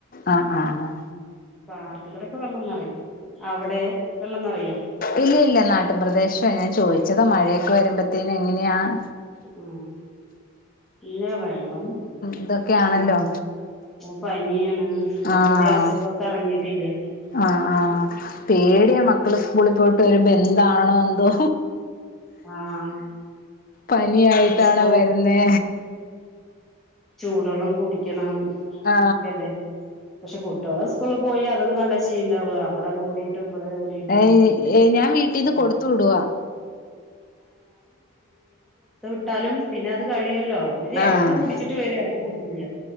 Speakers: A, on the left; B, in the centre.
A: ആഹ് ആഹ് ആഹ്
B: പാർത്തക്കടൊക്കെ വെള്ളംന്ന്റ അവിടെ വെള്ളംറിയുമോ
A: ഇല്ല ഇല്ല നാട്ടിൻപ്രദേശം എന്നങ്ങാെ ചോദിച്ചതോ മഴയൊക്കെ വരുമ്പോത്തേന് എങ്ങനെയാണ്
B: ആഹ് ഇല്ല വെള്ളം
A: ഇതൊക്കെയാണല്ലോ
B: ആഹ അ പനിയാണ് ഇപ്പൊ
A: ആഹ
B: പുതിയ അസുഖൊക്കെ എറങ്ങിട്ടില്ലേ
A: ആ ആഹ പേടിയ മക്കള് സ്കൂളി പോയിട്ട് വരുമ്പോ എന്താണോ എന്തോ
B: ആഹ്
A: പനിയായിട്ടാണോ
B: സ്കൂള്
A: വരുന്നെ
B: ചൂടെള്ളം കുടിക്കണം
A: ആ
B: ഒക്കെല്ലേ പക്ഷെ കുട്ടികള് സ്കൂളി പോയ അതൊന്നുവല്ല ചെയ്യണ്ടാവുക അവിടെ ഓടിയിട്ടും ഇവിടെ ഓടിയിട്ടും
A: ഏ ഏ ഞാൻ വീട്ടിന്ന്
B: ഉം
A: കൊടുത്തു വിടുവ
B: ഇട്ടാലും പിന്നെ അത് കഴിയല്ലോ അവര് ഇടയ്ക്ക്
A: ആഹ്
B: കുടിച്ചിട്ട് വരും ഇടക്ക് കുടിക്കില്ല